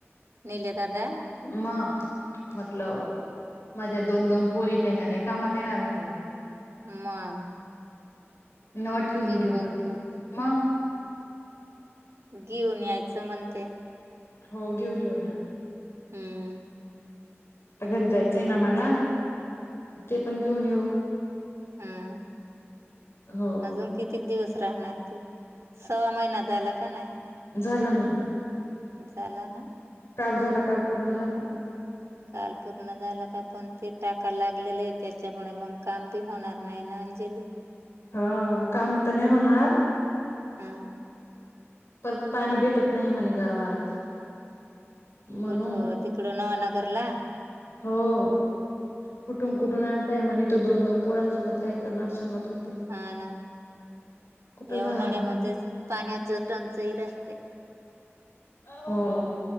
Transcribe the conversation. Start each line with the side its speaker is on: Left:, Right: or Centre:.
Right: निले दादा
Left: म.... म्हटल माझ्या दोन दोन पोरी... त्यांना नाही कामात येणार वाटलं.
Right: मग.
Left: नव ठेवून
Right: घेऊन
Left: घेऊ
Right: यायचं
Left: म मग.
Right: घेऊन यायचं म्हणते.
Left: हो घेऊन येऊ ना.
Right: हम्म
Left: आता घरी जायचंय ना मला ते पण घेऊन येऊ
Right: हम्म
Left: हो
Right: अजून कितीक दिवस राहणार तू स्वा महिना झाला का नाही
Left: झाला ना
Right: झाला ना
Left: काल झाला काल पूर्ण झाला
Right: काल पूर्ण झालं का पण ते टाका लागलेले आहे त्याच्यामुळे मग काम बी होणार नाही ना अंजली
Left: हा काम तर नाही होणार
Right: हम्
Left: प पाणी भेटत नाही म्हणे गावात म्हणून
Right: कुठं तिकडं नवानगरला
Left: हो कुठून कुठून आणताय म्हणे तो दोन दोन पोरां सोबत काय करणार सांगत होते
Right: हा ना
Left: कुठं
Right: या
Left: जाणार
Right: उन्हाळ्यामध्ये पाण्याच टंचही राहते
Left: हो